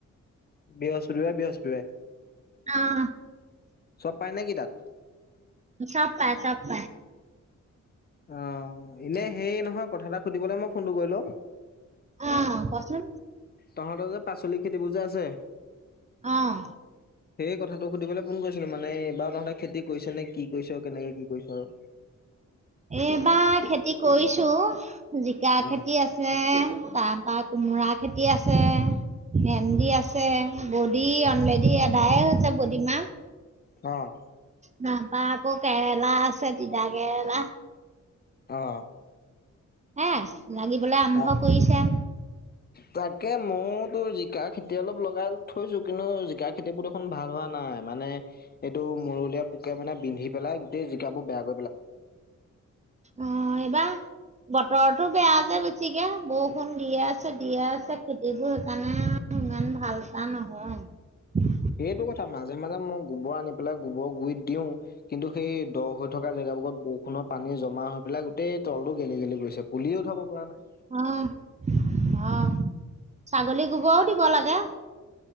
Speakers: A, on the left; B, on the right.
A: বৃহস্পতিবাৰে বৃহস্পতিবাৰে
B: অ'
A: চব পাই নে কি তাত
B: চব পায় চব পায়
A: অ' এনে সেই নহয় কথা এটা সুধিবলে মই ফোনটো কৰিল
B: অ', কচোন।
A: তহঁতৰ যে পাচলি খেতি বোৰ যে আছে
B: অ'
A: সেই কথাটো সুধিবলে ফোন কৰিছিলো মানে এইবাৰ তহঁতে খেতি কৰিছে নে কি কৰিছ? কেনেকে কি কৰিছ আৰু
B: এবা খেতি কৰিছো, জিকা
A: আৰু?
B: খেতি আছে তাৰপাত কোমোৰা খেতি আছে ভেন্দি আছে বডি অনলেডি এদায় হৈছে বডিমাহ
A: অ'
B: নাপা আকৌ কেৰেলা আছে দিতা কেৰেলা
A: অ'
B: হা লাগিবলে আৰম্ভ
A: অ
B: কৰিছে।
A: তাকে ময়তো জিকা খেতি অলপ লগাই থৈছো কিন্তু জিকা খেতিবোৰ দেখোন ভাল হোৱা নাই মানে এইটো মুৰলিয়া পোকে মানে বিন্ধি, পেলাই গোতেই জিকাবোৰ বেয়া গ
B: অ' এইবাৰ বতৰটো বেয়া যে বেছিকে বৰষুণ দিয়ে আছে দিয়ে আছে খেতিবোৰ সেইকাৰণে ইমান ভাল এটা নহয়।
A: সেইটো কথা মাজে মাজে মই গোবৰ আনি পেলাই গোবৰ গুৰিত দিও কিন্তু সেই দ হৈ থকা জেগাবোৰত বহ কুণৰ পানী জমা এইবিলাক গোটেই তলটো গেলি গেলি গৈছে পুলি উঠাব পৰা নাই
B: অ'। অ', অ'। ছাগলী গোবৰও দিব লাগে